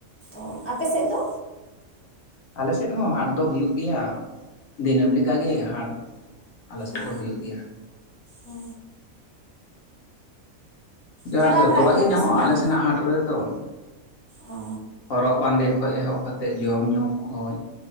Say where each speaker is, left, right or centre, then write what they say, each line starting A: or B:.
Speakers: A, on the left (about 20°); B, on the left (about 70°).
A: ᱚᱻ ᱟᱯᱮ ᱥᱮᱫ ᱫᱚ?
B: ᱟᱞᱮ ᱥᱮᱫ ᱦᱚᱸ ᱦᱟᱴ ᱫᱚ ᱦᱩᱭᱩᱜ ᱜᱮᱭᱟ, ᱫᱤᱱᱟᱹᱢ ᱞᱮᱠᱟᱜ ᱜᱮ ᱦᱟᱴ ᱟᱞᱮ ᱥᱮᱫ
A: ᱚᱻ
B: ᱫᱚ ᱦᱩᱭᱩᱜ ᱜᱮᱭᱟ
A: ᱚ ᱪᱟᱞᱟᱣ
B: ᱟᱨ ᱡᱚᱛᱚᱣᱟᱜ
A: ᱵᱟᱲᱟᱜ ᱜᱮᱭᱟ
B: ᱜᱮ
A: ᱯᱮ
B: ᱧᱟᱢᱚᱜᱼᱟ
A: ᱥᱮ ᱵᱟᱝ
B: ᱟᱞᱮ ᱥᱮᱱᱟᱜ ᱦᱟᱴ ᱨᱮᱫᱚ᱾
A: ᱚ
B: ᱦᱚᱨᱚᱜ ᱵᱟᱸᱫᱮ ᱠᱷᱚᱡ ᱮᱦᱚᱵ ᱠᱟᱛᱮᱫ ᱡᱚᱢ ᱧᱩ ᱠᱷᱚᱡ᱾